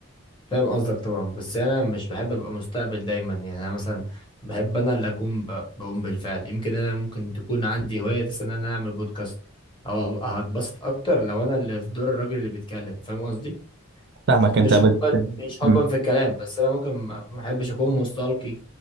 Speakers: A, on the left (about 20°); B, on the right (about 55°).
A: فاهم قصدك طبعا بس انا مش بحب ابقى مستقبل دايما يعني انا مثلا بحب انا اللي اكون ب- بقوم بالفعل يمكن انا ممكن تكون عندي هوايه مثلا ان انا اعمل بودكاست او أبقى هتبسط اكتر لو انا اللي في دور الراجل اللي بيتكلم فاهم قصدي
B: فاهمك
A: مش
B: انت بت
A: حبا مش حبا
B: م-
A: في الكلام بس انا ممكن ما ما بحبش اكون مستلقي